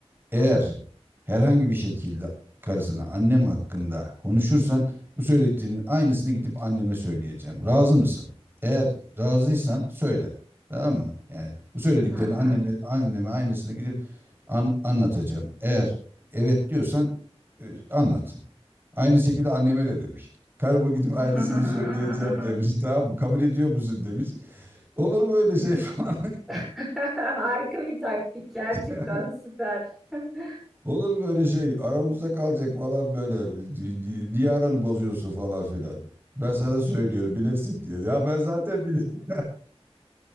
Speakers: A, on the right; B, in the centre.
A: eğer herhangi bir şekilde karısına annem hakkında konuşursan bu söylediklerinin aynısını gidip anneme söyleyeceğim. Razı mısın? Eğer razıysan söyle. Tamam mı? Yani bu söylediklerini
B: Hı hı.
A: annene, anneme aynısını gidip an- anlatacağım. Eğer evet diyorsan e, anlat. Aynı şekilde anneme de demiş. Karıma gidip aynısını
B: <laughs>
A: söyleyeceğim demiş. Tamam mı? Kabul ediyor musun demiş. Olur mu öyle şey falan.
B: <laughs> Harika bir taktik gerçekten
A: <laughs>
B: süper. <laughs>
A: Olur böyle şey aramızda kalacak falan böyle di- niye aranı bozuyorsun falan filan. Ben sana söylüyorum bilesin diye. Ya ben zaten biliyorum.